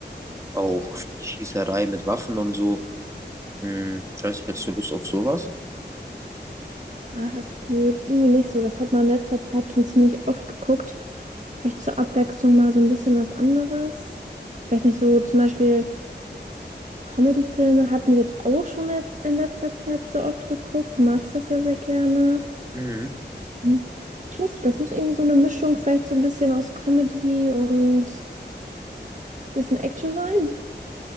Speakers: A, on the right; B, on the right.
A: auch Schießerei mit Waffen und so. Hm, ich weiß nicht, hättest du Lust auf sowas?
B: Ach, es geht irgendwie nicht so. Das hat man in letzter Zeit schon ziemlich oft geguckt. Vielleicht zur Abwechslung mal so ein bisschen was anderes. Ich weiß nicht, so zum Beispiel Comedy-Filme hatten wir jetzt auch schon let- in letzter Zeit so oft geguckt. Du magst das ja sehr gerne.
A: Mhm.
B: Hm. Ich weiß nicht, das muss irgendwie so eine Mischung, vielleicht so ein bisschen aus Comedy und ein bisschen Action sein.